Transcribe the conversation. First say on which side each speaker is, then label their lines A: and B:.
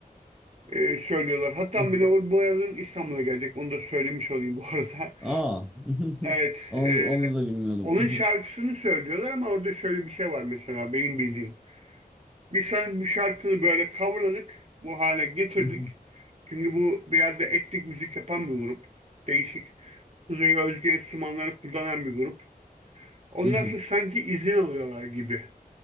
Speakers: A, on the right; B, in the centre.
A: e, söylüyorlar. Hatta
B: hı hı.
A: Manowar bu yazın İstanbul'a gelecek. Onu da söylemiş olayım bu arada. <laughs>
B: Aa. <laughs>
A: Evet,
B: Onu,
A: e,
B: onu da bilmiyordum.
A: onun
B: Hı hı,
A: şarkısını söylüyorlar ama orada şöyle bir şey var mesela benim bildiğim. Biz senin bir şarkını böyle coverladık. Bu hale getirdik.
B: hı hı,
A: Çünkü bu biraz da etnik müzik yapan bir grup. Değişik. Kuzey özgü enstrümanları kullanan bir grup. Onlar
B: hı hı,
A: su- sanki izin alıyorlar gibi